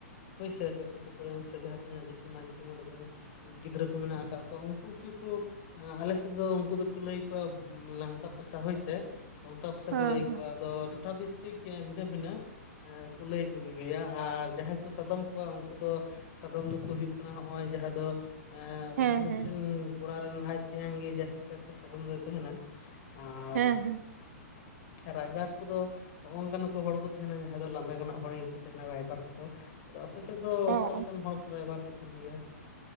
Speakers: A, on the left; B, on the right.
A: ᱦᱟᱹᱭᱥᱟᱹ ᱥᱮ ᱠᱩ ᱛᱟᱠᱩ ᱨᱮᱱ ᱥᱮ ᱡᱟᱦᱟᱸ ᱛᱤᱱᱟᱹᱜ ᱡᱤᱴᱤᱢᱟᱹ ᱡᱷᱤᱴᱷᱤ ᱢᱟ ᱛᱟ ᱠᱚᱨᱮᱱ ᱜᱤᱫᱽᱨᱟᱹ ᱠᱚ ᱢᱮᱱᱟᱜ ᱟᱠᱟᱫ ᱠᱚᱣᱟ ᱩᱱᱠᱩ ᱜᱮᱠᱚ ᱟᱞᱮ ᱥᱮᱫ ᱫᱚ ᱩᱱᱠᱩ ᱫᱚᱠᱚ ᱞᱟᱹᱭ ᱠᱚᱣᱟ ᱞᱟᱝᱛᱟ ᱯᱚᱥᱟ ᱦᱚᱭ ᱥᱮ ᱞᱚᱝᱛᱟ ᱯᱚᱥᱟ
B: ᱦᱮᱸ
A: ᱠᱚ ᱞᱟᱹᱭ
B: ᱦᱮᱸ
A: ᱠᱚᱣᱟ ᱟᱫᱚ ᱴᱚᱴᱷᱟ ᱵᱤᱥᱛᱤ ᱜᱮ ᱵᱷᱤᱱᱟᱹ ᱵᱷᱤᱱᱟᱹ ᱮᱸ ᱞᱟᱹᱭ ᱠᱚᱜᱮᱭᱟ ᱟᱨ ᱡᱟᱦᱟᱸᱭ ᱠᱚ ᱥᱟᱫᱚᱢ ᱠᱚᱣᱟ ᱩᱱᱠᱩ ᱫᱚ ᱥᱟᱫᱚᱢ ᱫᱚᱠᱚ ᱦᱩᱭᱩᱜ ᱠᱟᱱᱟ ᱦᱚᱜᱚᱭ ᱡᱟᱦᱟᱸ ᱫᱚ ᱮ
B: ᱦᱮᱸ
A: ᱢᱤᱫᱴᱮᱱ
B: ᱦᱮᱸ
A: ᱠᱚᱲᱟ ᱨᱮᱱ ᱟᱡ ᱛᱮᱭᱟᱝ ᱜᱮ ᱡᱟᱹᱥᱛᱤ ᱠᱟᱭᱛᱮ ᱥᱟᱫᱚᱢ ᱫᱚᱭ ᱛᱟᱦᱮᱱᱟ ᱟᱨ
B: ᱦᱮᱸ ᱦᱮᱸ
A: ᱨᱟᱭᱵᱟᱨ ᱠᱚᱫᱚ ᱦᱚᱜ ᱱᱚᱝᱠᱟᱱ ᱠᱚ ᱦᱚᱲ ᱠᱚ ᱛᱟᱦᱮᱱᱟ ᱡᱟᱦᱟᱸᱭ ᱫᱚ ᱞᱟᱸᱫᱟᱱᱟᱜ ᱦᱚᱲ ᱜᱮᱠᱚ ᱛᱟᱦᱮᱱᱟ ᱨᱟᱭᱵᱟᱨ ᱠᱚᱫᱚ ᱟᱫᱚ ᱟᱵ ᱯᱮᱥᱮᱫ ᱫᱚ
B: ᱚ
A: ᱚᱠᱟ ᱞᱮᱠᱟᱱ
B: ᱚ
A: ᱦᱚᱲ ᱠᱚ ᱨᱟᱭᱵᱟᱨ ᱠᱚ ᱛᱟᱦᱮᱱ ᱜᱮᱭᱟ?